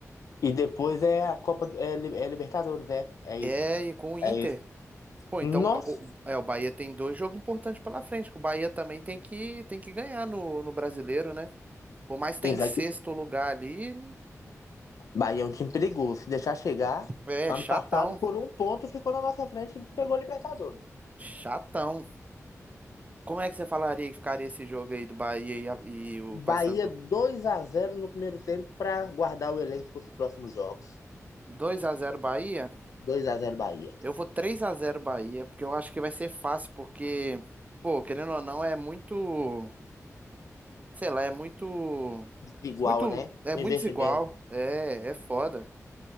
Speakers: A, on the left (about 75°); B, on the right (about 25°).
A: E depois é a Copa, é, Li- é Libertadores, é, é isso,
B: É, e com o Inter.
A: é isso.
B: Pô, então
A: Nossa,
B: o, Ba- o- é, o Bahia tem dois jogos importantes pela frente, que o Bahia também tem que, tem que ganhar no, no Brasileiro, né? Por mais que
A: exato.
B: tá em sexto lugar ali,
A: Bahia é um time perigoso. Se deixar chegar,
B: é
A: ano
B: chatão.
A: passado por um ponto ficou na nossa frente e pegou Libertadores.
B: Chatão. Como é que você falaria que ficaria esse jogo aí do Bahia e, a- e o Paysandu?
A: Bahia 2 a zero no primeiro tempo para guardar o elenco para os próximos jogos.
B: Dois a zero Bahia?
A: 2 a zero Bahia.
B: Eu vou três a zero Bahia, porque eu acho que vai ser fácil, porque, pô, querendo ou não, é muito, sei lá, é muito,
A: Igual,
B: muito,
A: né?
B: é
A: O
B: muito
A: investimento
B: desigual, é, é foda.